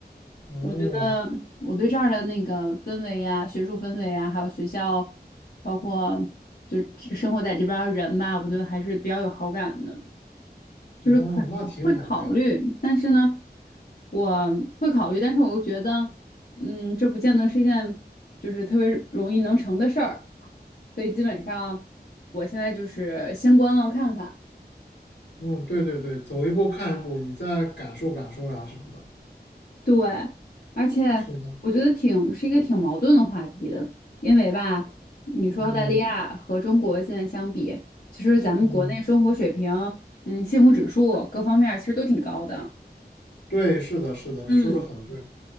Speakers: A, on the left; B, on the left.
A: 哦，
B: 我觉得我对这儿的那个氛围呀，学术氛围啊，还有学校，包括就只生活在这边儿的人吧，我觉得还是比较有好感的。就是很会考虑，
A: 哦，那挺好的呀。
B: 但是呢，我会考虑，但是我又觉得，嗯，这不见得是一件就是特别容易能成的事儿，所以基本上我现在就是先观望看看。
A: 嗯，对对对，走一步看一步，你再感受感受呀什么的。
B: 对，而且我觉得挺是一个挺矛盾的话题的，
A: 是的，
B: 因为吧，你说澳大利亚和中国现在相比，
A: 嗯
B: 其实咱们国内生活水平，
A: 嗯，
B: 嗯，幸福指数各方面儿其实都挺高的。
A: 对，是的，是的，
B: 嗯，
A: 说的很对。